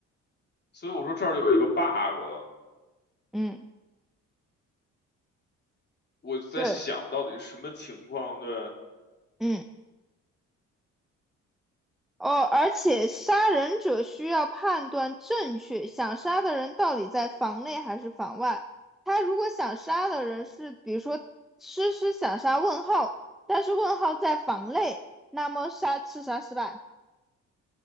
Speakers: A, on the left; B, in the centre.
A: 所以我说这儿就有一个 bug，
B: 嗯，
A: 我就在想到底什么情况？
B: 对，
A: 对，
B: 嗯，哦，而且杀人者需要判断正确，想杀的人到底在房内还是房外。他如果想杀的人是，比如说诗诗想杀问号，但是问号在房内，那么杀刺杀失败。